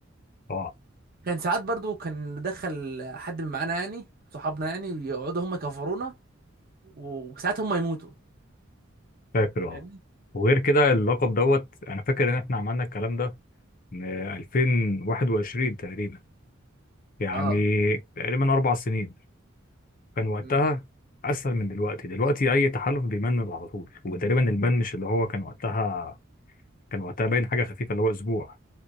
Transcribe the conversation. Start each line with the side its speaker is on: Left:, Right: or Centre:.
Left: اه
Right: كان ساعات برضو كان دخل حد من معانا يعني صحابنا يعني يقعدوا هم يكفرونا و- وساعات هم يموتوا
Left: فاكر
Right: فاهمني
Left: اه وغير كده اللقب دوت انا فاكر ان احنا عملنا الكلام ده من 2021 تقريبا يعني
Right: اه
Left: تقريبا اربع سنين كان وقتها
Right: امم
Left: اسهل من دلوقتي دلوقتي اي تحالف بيمنن على طول وتقريبا البن مش اللي هو كان وقتها كان وقتها باين حاجه خفيفه اللي هو اسبوع